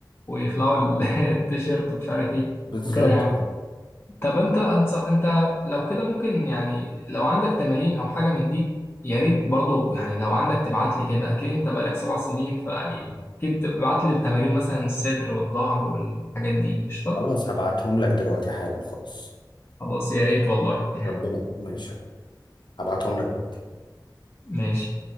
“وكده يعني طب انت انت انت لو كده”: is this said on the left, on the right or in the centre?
Left